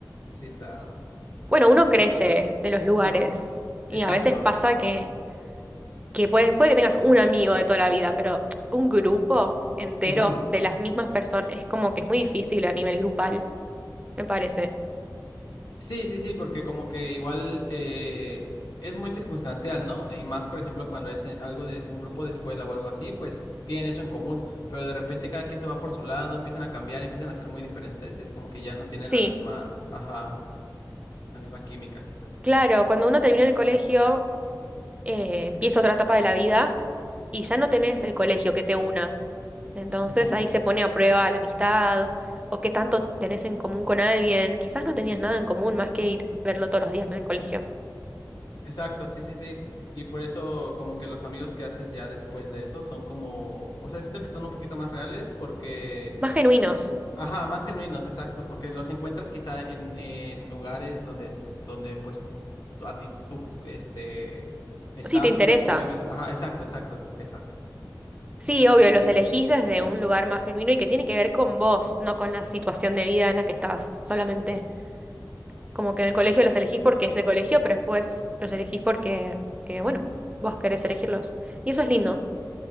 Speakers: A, on the left; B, on the right.
A: sí está,
B: Bueno, uno crece
A: es,
B: de los lugares
A: ujú,
B: y
A: exacto,
B: a veces pasa que, que puede, puede que tengas un amigo de toda la vida, pero un grupo entero
A: ujú.
B: de las mismas personas es como que es muy difícil a nivel grupal, me parece.
A: Sí, sí, sí, porque como que igual eh, es muy circunstancial, ¿no? Y más, por ejemplo, cuando es en- algo de un grupo de escuela o algo así, pues tienen eso en común, pero de repente cada quien se va por su lado, empiezan a cambiar, empiezan a ser muy diferentes y es como que ya no tienen
B: Sí.
A: la misma, ajá, la misma química quizá.
B: Claro, cuando uno termina el colegio, eh, empieza otra etapa de la vida y ya no tenés el colegio que te una. Entonces
A: Ujú.
B: ahí se pone a prueba la amistad o qué tanto tenés en común con alguien. Quizás no tenías nada en común más que ir verlo todos los días en el colegio.
A: Exacto, sí, sí, sí. Y por eso como que los amigos que haces ya después de eso son como, o sea, siento que son un poquito más reales porque
B: Más genuinos.
A: Ajá, más genuinos, exacto, porque los encuentras quizá en, en lugares donde, donde pues tú- a ti tú, este, estás,
B: Sí, te interesa.
A: tú convives. Ajá, exacto, exacto, exacto.
B: Sí,
A: Entonces...
B: obvio, los elegís desde un lugar más genuino y que tiene que ver con vos, no con la situación de vida en la que estás solamente. Como que en el colegio los elegís porque es el colegio, pero después los elegís porque, que, bueno, vos querés elegirlos. Y eso es lindo.